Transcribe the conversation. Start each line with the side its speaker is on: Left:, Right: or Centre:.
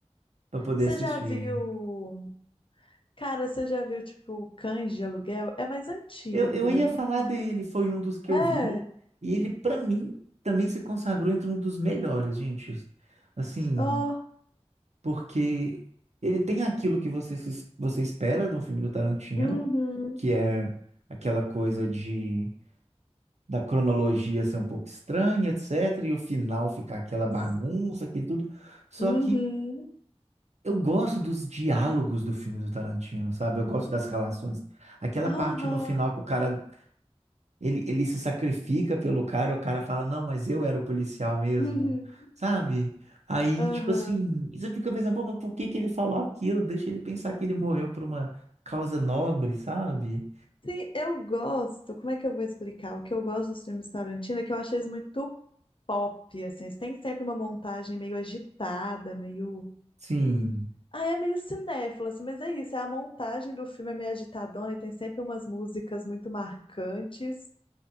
Right: para poder
Left: Você
Right: assistir.
Left: já viu. Cara, você já viu, tipo, Cães de Aluguel? É mais antigo.
Right: Eu, eu ia
Left: É, mais-
Right: falar dele, foi um dos que
Left: é.
Right: eu vi, e ele, pra mim, também se consagrou entre um dos melhores, gente. Assim,
Left: ó.
Right: porque ele tem aquilo que você, se- você espera de um filme do Tarantino,
Left: Uhum.
Right: que é aquela coisa de da cronologia ser um pouco estranha, etc., e o final ficar aquela bagunça,
Left: Isso.
Right: aquilo tudo. Só
Left: Uhum.
Right: que eu gosto dos diálogos do filme do Tarantino, sabe? Eu gosto das relações. Aquela
Left: Aham.
Right: parte no final que o cara Ele, ele se sacrifica pelo cara, o cara fala, não, mas eu era o policial mesmo,
Left: Uhum.
Right: sabe? Aí,
Left: Aham.
Right: tipo assim, você fica pensando, pô, mas por que que ele falou aquilo? Deixa ele pensar que ele morreu por uma causa nobre, sabe?
Left: Sim, eu gosto. Como é que eu vou explicar? O que eu gosto dos filmes Tarantino é que eu acho eles muito pop, assim. Eles têm sempre uma montagem meio agitada, meio.
Right: Sim,
Left: Ah, é meio cinéfilo, assim, mas é isso. É a montagem do filme é meio agitadona e tem sempre umas músicas muito marcantes.